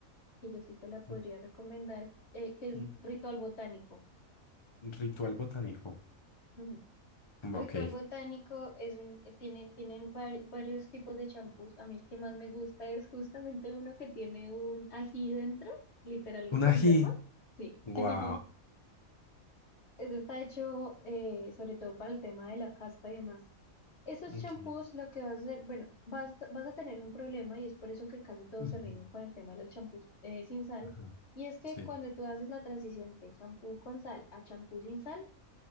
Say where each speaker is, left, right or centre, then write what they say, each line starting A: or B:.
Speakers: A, on the left; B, on the left.
A: que yo sí te la podría
B: Mm,
A: recomendar, eh, que es
B: mm,
A: Ritual Botánico.
B: Ritual botánico.
A: Ujú.
B: Mm,
A: Ritual
B: Ok.
A: Botánico es un, eh, tiene, tienen vari- varios tipos de champús. A mí el que más me gusta es justamente uno que tiene un ají dentro, literal en
B: Un
A: conserva.
B: ají.
A: Sí.
B: Wow.
A: <laughs> Eso está hecho eh, sobre todo para el tema de la caspa y demás. Esos
B: Ok.
A: champús lo que vas a hacer, bueno, vas, vas a tener un problema y es por eso que casi todos
B: Ujú,
A: se rinden con el tema de los champús eh, sin sal.
B: ajá,
A: Y es que
B: Sí.
A: cuando tú haces la transición de champú con sal a champú sin sal,